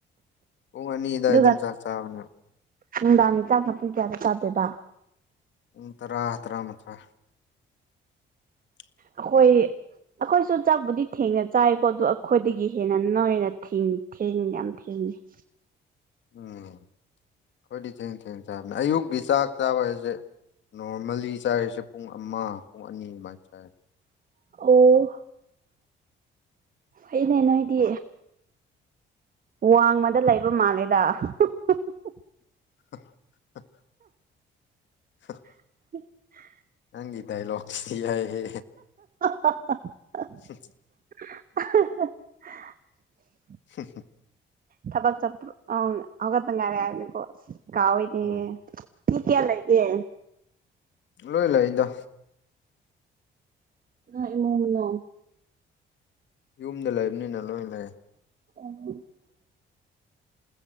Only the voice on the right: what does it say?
ꯑꯗꯨꯒ
ꯅꯨꯡꯗꯥꯡꯒꯤ ꯆꯥꯛꯅ ꯄꯨꯡ ꯀꯌꯥꯗ ꯆꯥꯗꯣꯏꯕꯥ
ꯑꯈꯣꯏ ꯑꯈꯣꯏꯁꯨ ꯆꯥꯛꯕꯨꯗꯤ ꯊꯦꯡꯅ ꯆꯥꯏꯀꯣ ꯑꯗꯨ ꯑꯈꯣꯏꯗꯒꯤ ꯍꯦꯟꯅ ꯅꯣꯏꯅ ꯊꯦꯡ ꯊꯦꯡ ꯌꯥꯝ ꯊꯦꯡ <unintelligible>
ꯑꯣ ꯐꯩꯅꯦ ꯅꯣꯏꯗꯤ ꯋꯥꯡꯃꯗ ꯂꯩꯕ ꯃꯥꯜꯂꯦꯗꯥ <unintelligible>
<unintelligible>
<unintelligible>
ꯑꯍ ꯍꯥ
ꯊꯕꯛ ꯆꯠꯄ꯭ꯔꯣ <unintelligible> ꯍꯧꯒꯠꯇꯪ ꯉꯥꯢꯔꯦ ꯍꯥꯏꯕꯅꯦꯀꯣ ꯑꯁ ꯀꯥꯎꯋꯦꯅꯦ
ꯃꯤ ꯀꯌꯥ ꯂꯩꯒꯦ
ꯅꯣꯢ ꯏꯃꯨꯡ ꯃꯅꯨꯡ
<unintelligible>